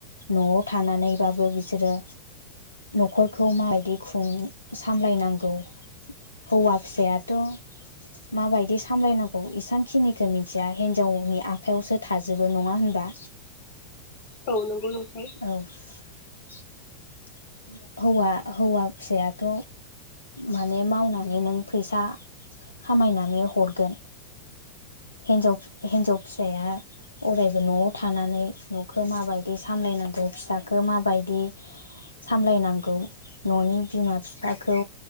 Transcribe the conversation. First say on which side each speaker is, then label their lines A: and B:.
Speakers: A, on the left (about 80°); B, on the left (about 50°).
A: न'आव थानानैबाबो बिसोरो न'खरखौ माबायदि खुं सामलायनांगौ हौवा फिसायाथ' माबायदि सामलायनांगौ इसांखिनिखौ मिथिया हिनजावनि आखायावसो थाजोबो नङा होनबा।
B: औ नोंगौ नोंथां
A: औ <inaudible> हौवा हौवा फिसायाथ' माने मावनानै नों फैसा खामायनानै हरगोन हिनजाव हिन्जाव फिसाया अरायबो न'आव थानानै न'खौ माबायदि सामलायनांगौ फिसाखौ माबायदि सामलायनांगौ न'नि बिमा बिफाखौ